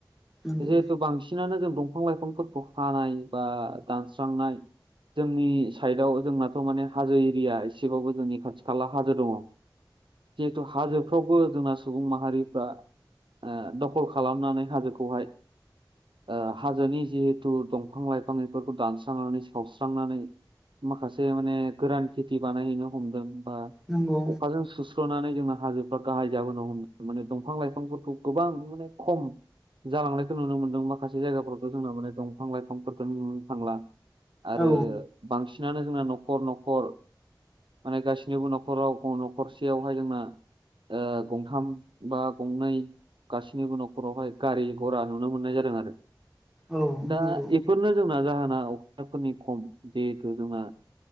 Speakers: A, in the centre; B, on the right (about 85°).
A: नंगौ
B: जिहेथु बांसि सिनानो जों दंफां लाइफांफोरखौ हानाय बा दानस्रांनाय जोंनि साइदआव जोंनाथ' माने हाजो एरिया एसेबाबो जोंनि खाथि खाला हाजो दङ। जिहेतु हाजोफ्रावबो जोंना सुबुं माहारिफ्रा ओ दखल खालामनानै हाजोखौहाय ओ हाजोनि जिहेथु दंफां लाइफां बेफोरखौ दानस्रांनानै सावस्रांनानै माखासे माने गोरान खेथि बानायहैनो हमदों बा
A: नंगौ
B: अखाजों सुस्र'नानै जोंना हाजोफ्रा गाहाय जाबोनो हम माने दंफां लाइफांफोरखौ गोबां माने खम जालांनायखौ नुनो मोनदों माखासे जायगाफोरावथ' जोंना माने दंफां लाइफांफोरखौ नुनोनो थांला। आरो
A: औ
B: बांसिनानो जोंना न'खर न'खर माने गासिनिबो न'खराव गं न'खरसेयावहाय जोंना ओ गं थाम बा गंनै गासैनिबो न'खरावहाय गारि घरा नुनो मोननाय जादों आरो।
A: औ
B: दा
A: नंगौ
B: इफोरनो जोंना जाहोना अखाफोरनि खम जिहेथु जोंना